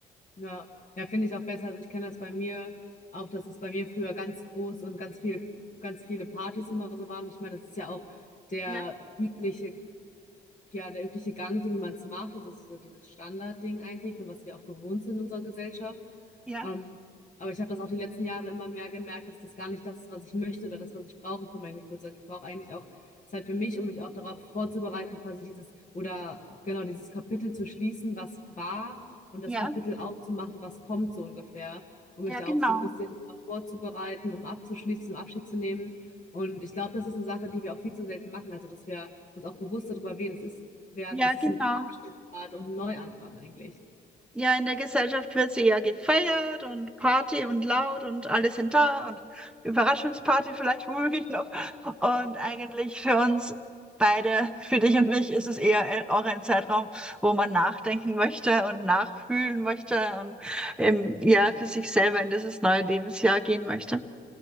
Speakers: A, on the left; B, in the centre.
A: Ja, ja, finde ich auch besser. Also ich kenne das bei mir auch, dass es bei mir früher ganz groß und ganz viel, ganz viele Partys immer so waren. Ich meine, das ist ja auch der
B: Ja,
A: übliche ja, der übliche Gang, so wie man es macht, das ist so dieses Standardding eigentlich und was wir auch gewohnt sind in unserer Gesellschaft.
B: ja,
A: Ähm, aber ich habe das auch die letzten Jahre immer mehr gemerkt, dass das gar nicht das ist, was ich möchte oder das, was ich brauche für meinen Geburtstag. Ich brauche eigentlich auch Zeit für mich, um mich auch darauf vorzubereiten, quasi dieses oder genau dieses Kapitel zu schließen, was war und das
B: ja,
A: Kapitel aufzumachen, was kommt so ungefähr, um mich
B: ja,
A: da
B: genau.
A: auch so ein bisschen drauf vorzubereiten, um abzuschließen, um Abschied zu nehmen. Und ich glaube, das ist eine Sache, die wir auch viel zu selten machen. Also, dass wir uns auch bewusst darüber werden. Es ist werden,
B: Ja,
A: es ist
B: genau.
A: ein Abschnitt gerade und ein Neuanfang eigentlich.
B: Ja, in der Gesellschaft wird sie ja gefeiert und Party und laut und alle sind da und Überraschungsparty vielleicht womöglich noch. Und eigentlich für uns beide, für dich und mich, ist es eher ein- auch ein Zeitraum, wo man nachdenken möchte und nachfühlen möchte und ähm, ja, für sich selber in dieses neue Lebensjahr gehen möchte.